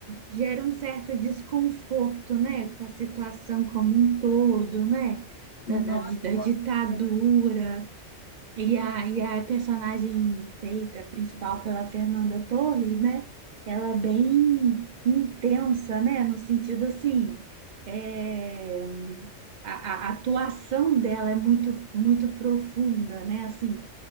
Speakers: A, on the right (about 50°); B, on the left (about 40°).
A: gera um certo desconforto, né? Com a situação como um todo, né?
B: Nossa,
A: Da, da, da
B: com
A: ditadura.
B: certeza.
A: E a, e a personagem feita principal pela Fernanda Torres, né? Ela é bem intensa, né? No sentido assim, é, a, a atuação dela é muito, muito profunda, né? Assim,